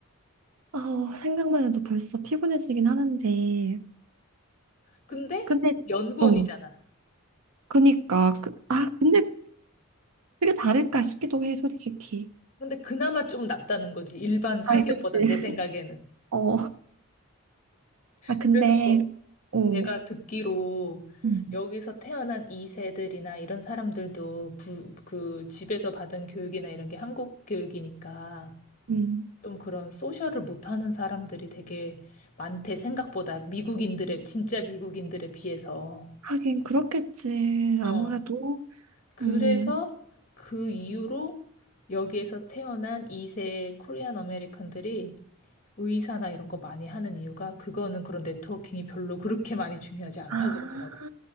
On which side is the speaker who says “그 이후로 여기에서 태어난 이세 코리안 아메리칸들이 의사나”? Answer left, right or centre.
Left